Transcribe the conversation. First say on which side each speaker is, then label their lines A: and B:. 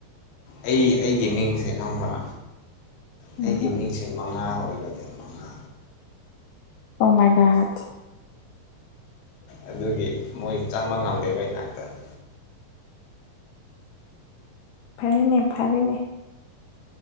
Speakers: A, on the left; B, on the left.
A: ꯑꯩ ꯑꯩꯒꯤ ꯃꯤꯡꯁꯦ ꯈꯪꯕ꯭ꯔꯥ
B: ꯎꯝ
A: ꯑꯩꯒꯤ ꯃꯤꯡꯁꯦ ꯃꯉꯥ ꯑꯣꯏꯕꯅꯦ ꯃꯉꯥ
B: ꯑꯣꯃꯥꯏꯗꯗ
A: ꯑꯗꯨꯒꯤ ꯃꯣꯏꯁꯨ ꯆꯪꯕ ꯉꯝꯗꯦ ꯃꯩ ꯅꯥꯛꯇꯅꯤ
B: ꯐꯔꯦꯅꯦ ꯐꯔꯦꯅꯦ